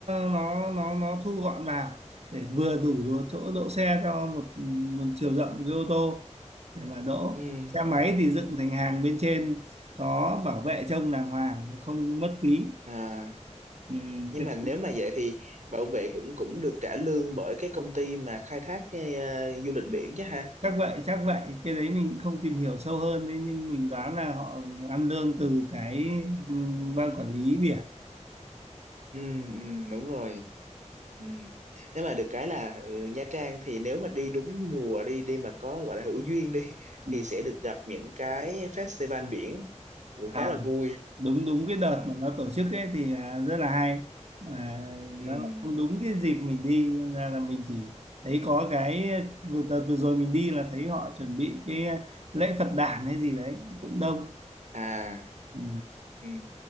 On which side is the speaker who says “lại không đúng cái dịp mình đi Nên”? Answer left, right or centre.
Right